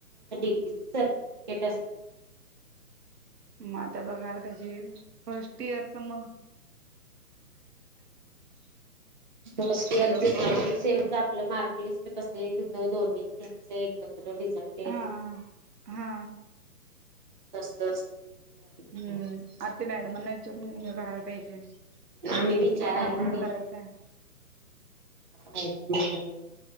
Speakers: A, on the right; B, on the right.
A: डिग्री सर्टिफिकेट असत
B: मग आता बघायला पाहिजे फर्स्ट इयर प मग
A: फस्ट
B: हॅलो
A: इअर चे आपलं मार्क लिस्ट कसं येत हों दोन्ही स त रिझल्टेत
B: हा हा
A: तस ते अपलोड
B: हम्म
A: करायचंय
B: आता मॅडमांना विचारून हे करायला पाहिजे आणि
A: आम्ही
B: टीसीला
A: विचारायला
B: तर अपलोड करायचं हाय
A: केलाय